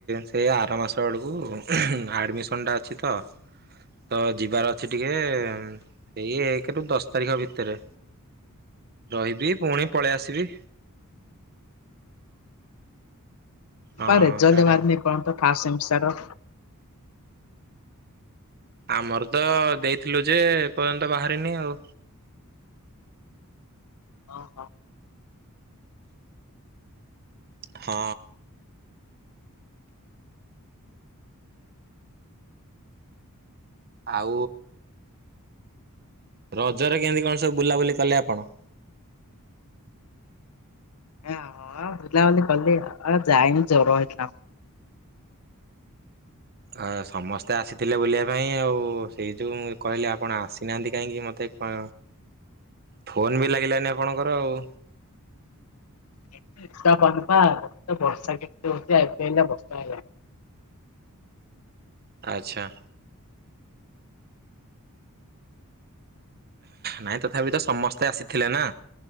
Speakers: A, on the right (about 45°); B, on the left (about 75°).
A: ସେ ଆର ମାସ ବେଳକୁ ଆଡ଼ମିସନ ଟା ଅଛି ତ ତ ଯିବାର ଅଛି ଟିକେ ସେଇ ଏକ ରୁ ଦଶ ତାରିଖ ଭିତରେ ରହିବି। ପୁଣି ପଳେଇ ଆସିବି। ହଁ
B: ବା ରେଜଲ୍ଟ
A: କାରଣ
B: ବାହାରିନି ଏପର୍ଯ୍ୟନ୍ତ। First semester.
A: ଆମର ତ ଦେଇଥିଲୁ ଯେ ଏ ପର୍ଯ୍ୟନ୍ତ ବାହାରିନି ଆଉ।
B: ଅ ହୋ।
A: ହଁ। ଆଉ। ରଜରେ କେମିତି କଣ ସବୁ ବୁଲାବୁଲି କଲେ ଆପଣ?
B: ଆ ବୁଲା ବୁଲି କଲି ଆଉ ଯାଇନି ଜର ହେଇଥିଲା ମ।
A: ଆ ସମସ୍ତେ ଆସିଥିଲେ ବୁଲିବା ପାଇଁ ଆଉ ସେଇ ଯୋଉ କହିଲେ ଆପଣ ଆସିନାହାନ୍ତି କାହିଁକି ମତେ କ ଫୋନ ବି ଲାଗିଲାନି ଆପଣଙ୍କର ଆଉ।
B: <unintelligible> ବର୍ଷା କେମତି ହଉଛି ଏବେ ବର୍ଷା ହେଲାଣି।
A: ଆଛା। ନାଇଁ ତଥାପି ତ ସମସ୍ତେ ଆସିଥିଲେ ନା